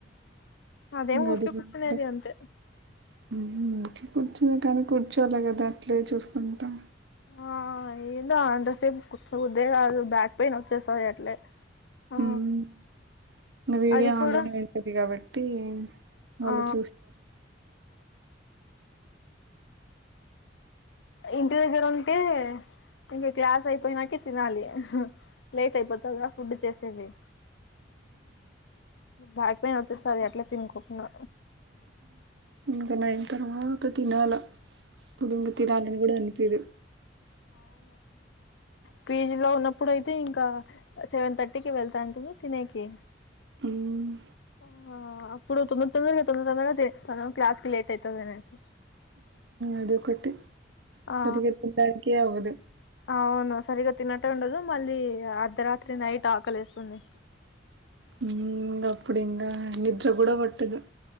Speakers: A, on the left; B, on the right.
A: అదేం
B: గది
A: ఊరికే కూర్చునేది
B: టా
A: అంతే
B: ఇంకే కూర్చుని కాడే కూర్చోలి కదా అట్లే చూసుకుంటా
A: ఆ ఏందో అంతసేపు కూర్చో బుద్దే కాదు బ్యాక్ పెయిన్ వచ్చేస్తది అట్లే ఆ
B: ఉమ్ ఇంగ వీడియో
A: అది కూడా
B: ఆన్లోనే ఉంటది కాబట్టి వాళ్ళు
A: ఆ
B: చూస్త
A: ఇంటి దగ్గర ఉంటే ఇంక క్లాస్ అయిపోయినాక తినాలి లేట్ అయిపోతాద ఫుడ్ చేసేది బ్యాక్ పెయిన్ వచ్చేస్తాది అట్లే తినకోకుండా
B: ఇంకా నైన్ తర్వాత తినాల అప్పుడు తినాలి అని కూడా అనిపియ్యదు
A: పీజీ లో ఉన్నప్పుడు అయితే ఇంకా సెవెన్ థర్టీకి వెళ్తాంటి తినేకి
B: ఉమ్
A: ఆ అప్పుడు తొమ్మిది తొమ్దదరగా తొమ్మిది తొందరగా తినేస్తాను క్లాస్ కి లేట్ అవుతుంది అనేసి
B: అదొకటి
A: ఆ
B: సరిగా తినడానికే అవ్వదు
A: అవును సరిగా తినట్ ఉండదు మళ్ళీ అర్ధరాత్రి నైట్ ఆకలి ఏస్తుంది
B: ఉమ్ గప్పుడిన్గా నిద్ర కూడా పట్టదు